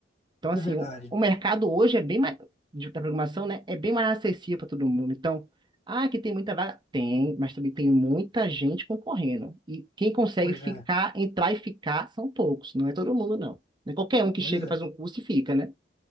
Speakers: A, on the right (about 25°); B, on the left (about 35°).
A: Então, assim,
B: é verdade.
A: o, o mercado hoje é bem mais, de- da programação, né? É bem mais acessível para todo mundo. Então, ah, que tem muita vaga? Tem, mas também tem muita gente concorrendo. E quem consegue
B: Pois
A: ficar,
B: é,
A: entrar e ficar são poucos, não é todo mundo, não. Não é qualquer um que
B: pois
A: chega,
B: é.
A: faz um curso e fica, né?